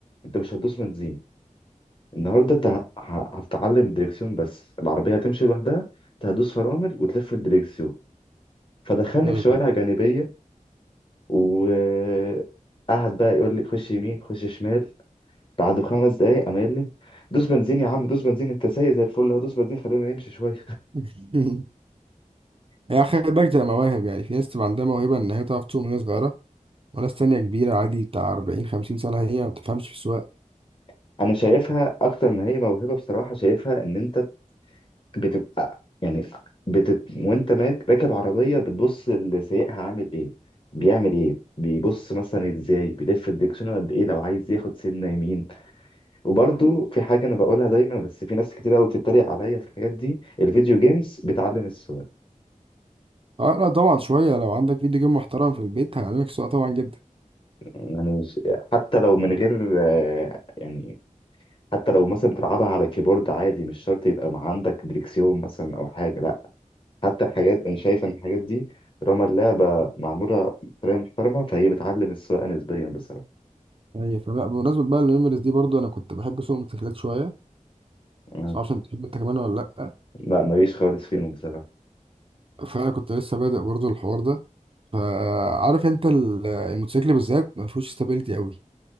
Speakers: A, on the left; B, on the right.
A: انت مش هتدوس بنزين النهارده انت ه- ه- هتتعلم دريكسيون بس العربيه هتمشي لوحدها انت هتدوس فرامل وتلف الدريكسيون فدخلني
B: أيوة.
A: في شوارع جانبية وقعد بقى يقول لي خش يمين خش شمال بعد خمس دقايق قام قايل لي دوس بنزين يا عم دوس بنزين انت سايق زي الفل هدوس بنزين خلينا نمشي شوية
B: <laughs> هي خلي بالك تبقى مواهب يعني في ناس تبقى عندها موهبة إن هي تعرف تسوق من وهي صغيرة وناس تانية كبيرة عادي بتاع 40 50 سنة هي ما تفهمش في السواقة
A: <laughs> انا شايفها اكتر ما هي موهبة بصراحة شايفها ان انت بتبقى يعني بتت... وانت ماك راكب عربية بتبص لسايقها عامل ايه بيعمل ايه بيبص مثلا ازاي بيلف الدكسون قد ايه لو عايز ياخد سنة يمين وبرضو في حاجة أنا بقولها دايما بس في ناس كتير أوي بتتريق عليا في الحاجات دي الفيديو جيمز بتعلم السواقة
B: اه لا طبعا شوية لو عندك فيديو جيم محترم في البيت هيعلمك السواقة طبعا جدا
A: يعني ش- حتى لو من غير آه، يعني حتى لو مثلا بتلعبها على كيبورد عادي مش شرط يبقى مع عندك دريكسيون مثلا أو حاجة لأ حتى الحاجات أنا شايف إن الحاجات دي طالما اللعبة معمولة بطريقة محترمة فهي بتعلم السواقة نسبيا بصراحة
B: هي فلا بمناسبة بقى الميموريز دي برضو أنا كنت بحب أسوق موتوسيكلات شوية
A: آه،
B: بس معرفش أنت بتحب أنت كمان ولا لأ
A: لا ماليش خالص فيهم بصراحة
B: فأنا كنت لسه بادئ برضو الحوار ده فعارف أنت ال- الموتوسيكل بالذات ما فيهوش استابيليتي قوي